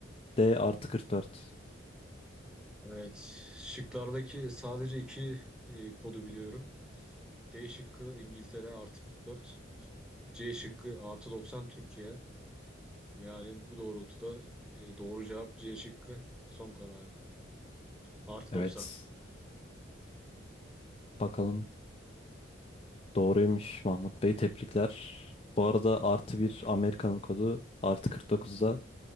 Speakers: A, on the left (about 30°); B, in the centre.
A: D artı 44.
B: Evet şıklardaki sadece iki e, kodu biliyorum. D şıkkı İngiltere artı 44. C şıkkı artı 90 Türkiye. Yani bu doğrultuda e, doğru cevap C şıkkı son kararım. Artı
A: Evet,
B: 90.
A: bakalım doğruymuş Mahmut Bey tebrikler. Bu arada artı bir Amerika'nın kodu, artı 49 da